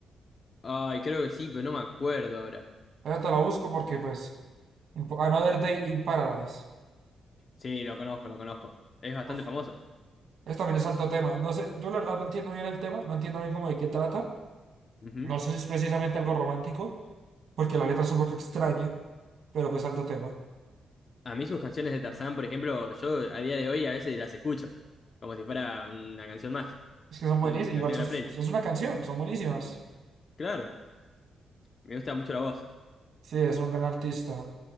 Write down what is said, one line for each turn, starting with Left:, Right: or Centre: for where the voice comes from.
Left: Ay, creo que sí, pero no me acuerdo ahora.
Right: Ahora te la busco porque, pues, in- Another Day in Paradise.
Left: Sí, lo conozco, lo conozco. Es bastante
Right: Uf,
Left: famoso.
Right: Eso también es alto tema. No sé, yo la verdad no entiendo bien el tema, no entiendo bien cómo de qué trata.
Left: Ujú.
Right: No sé si es precisamente algo romántico, porque la letra es un poco extraña, pero pues alto tema.
Left: A mí sus canciones de Tarzán, por ejemplo, yo a día de hoy a veces las escucho, como si fuera una canción más.
Right: Es que son
Left: Mm,
Right: buenísimas,
Left: La
Right: igual
Left: tengo
Right: sus-
Left: en la play.
Right: es una canción, son buenísimas.
Left: Claro, me gusta mucho la voz.
Right: Sí, es un gran artista.